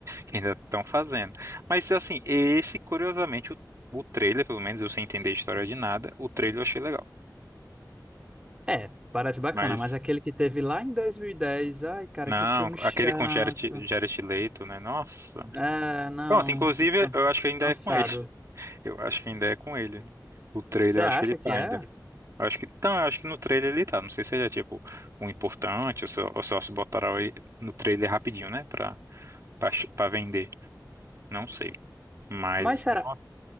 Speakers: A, on the right (about 45°); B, on the right (about 15°).
A: que ainda estão fazendo. Mas assim, esse, curiosamente, o, o trailer, pelo menos eu sem entender a história de nada, o trailer eu achei legal.
B: é, parece bacana,
A: Mas
B: mas aquele que teve lá em dois mil e dez, Ai, cara,
A: não,
B: que filme chato.
A: aquele com Jared, Jared Leto, né? Nossa.
B: É, não,
A: Pronto, inclusive,
B: can-
A: eu acho que ainda
B: cansado.
A: é com ele. <laughs> Eu acho que ainda é com ele. O trailer,
B: Você acha
A: eu acho que ele tá
B: que é?
A: ainda. Eu acho que, então, eu acho que no trailer ele tá. Não sei se ele é tipo um importante ou só, ou só se botaram ele no trailer rapidinho, né? Pra, pra, ch- pra vender. Não sei. Mas,
B: Mas será,
A: no-